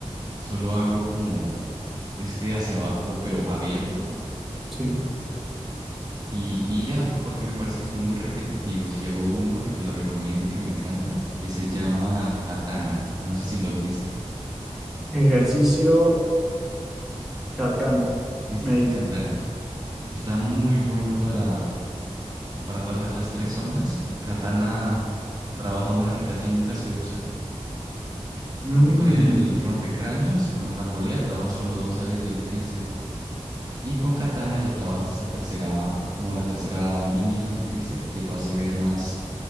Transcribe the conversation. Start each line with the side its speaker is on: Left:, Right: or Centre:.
Right: solo hago como este hacia abajo, pero abierto.
Centre: sí.
Right: Y, y ya, porque me parece que son muy repetitivos. Y hago uno que te lo recomiendo, que me encanta, que se llama Katana. No sé si lo has visto.
Centre: Ejercicio katana,
Right: De tríceps
Centre: me dices.
Right: Katana. Está muy bueno para para trabajar las tres zonas. El katana trabaja una que casi nunca se usa,
Centre: Mm,
Right: porque con el rompecráneos y con la polea trabaja solo dos áreas del tríceps. Y con katana ya trabajas esa tercera, como la tercera línea del tríceps, que lo hace ver más,